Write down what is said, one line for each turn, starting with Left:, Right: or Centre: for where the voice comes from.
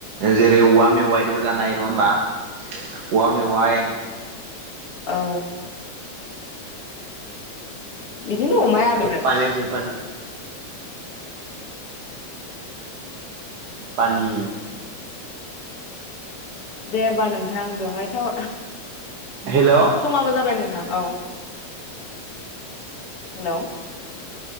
Right: जेरै औवा मेवाइदोबो जानो हायो नङा होमबा
Left: औ
Right: औवा मेवाइ <inaudible>
Left: औ बिदिनो दङ माया आरो
Right: पानि पानि पानि
Left: दे होमबा नोंथां बेवहाय साव
Right: हेल'
Left: समाबो जाबाय नोंथां औ हेलौ